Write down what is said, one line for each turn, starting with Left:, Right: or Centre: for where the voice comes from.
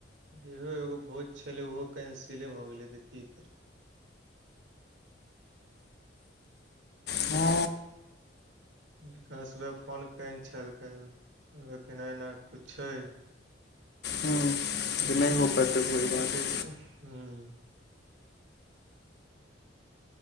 Right: जेहो एगो भोज छलै ओहो कैंसिले भऽ गेलै तऽ की करबै?
Left: हँ
Right: विकास भैया फोन केने छल काल्हि, कहलक एना-एना कुछ छै
Left: हूँ <unintelligible>
Right: ठीके
Left: भात
Right: छै, हॅं